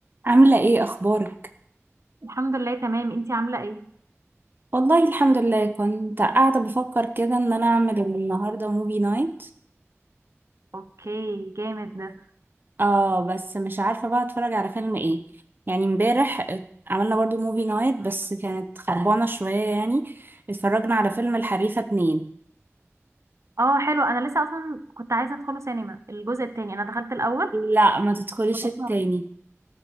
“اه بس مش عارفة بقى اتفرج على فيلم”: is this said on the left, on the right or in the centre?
Right